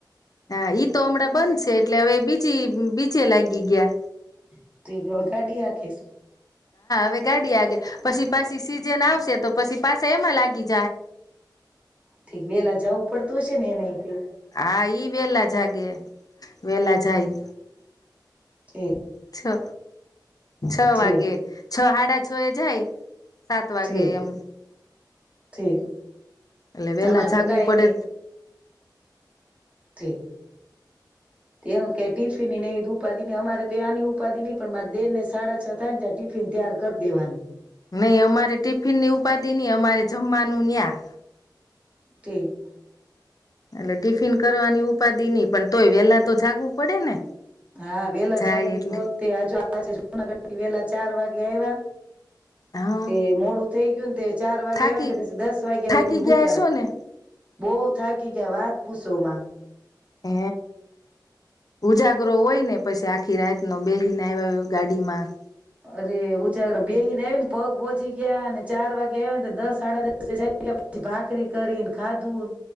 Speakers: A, on the left; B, on the right.
A: હા ઈ તો હમણાં બંધ છે. એટલે હવે બીજી બીચે લાગી ગયા
B: <unintelligible> કાઢી આખીશ
A: આવે ગાડી આગે પછી પાછી સીજન આવશે તો પછી પાછા એમાં લાગી જાય
B: ઠીક વેલા જવું પડત તુ ષન એ ન કે
A: હા ઈ વેલા જાગે વેલા જાય
B: ઠીક
A: છે. છ
B: ઠીક
A: વાગે છ હાડા છય જાય સાત વાગે
B: ઠીક
A: એમ
B: ઠીક
A: એટલે વેલા
B: અમારે
A: જાગવું
B: તો કઈ
A: પડે
B: ઠિક એનું કે ટિફિન એ ઉપાધિ ન અમારે તો આની ઉપાધિ નહી પણ મારા દિયર ને સાડા છ થાય ને ટિફિન ત્યાર કરી દેવાનું
A: નહી અમારે ટિફિનની ઉપાધિ નહી અમારે જમવાનું ન્યા
B: ઠીક
A: એટલે ટિફિન કરવાની ઉપાધિ નઈ પણ તોય વેલા તો જાગવું પડે ને
B: હા વેલા
A: જાય
B: જાગવી
A: એટલે
B: પોતે આજ <unintelligible> આજે પ વેલા ચાર વાગે આવ્યા
A: હા
B: તે મોડ હે ગયં તે ચાર વાગે
A: થાકી
B: આવય પછી દસ વાગ્યા
A: થાકી
B: સુધી હુંતા
A: ગયા હશો ને
B: બહુ થાકી ગયા વાત પુસો માં
A: હ ઉજાગરો હોય ને પછી આખી રાતનો બેહીને આવયા ગાડીમાં
B: અરે, ઉંજાગરા બેહીને આવી ન પગ પોચી ગ્યા ને ચાર વાગ્યે આવ્યા ન તો દસ સાડા દસે જાગ્યા પછી ભાખરી કરીન ખાધુંન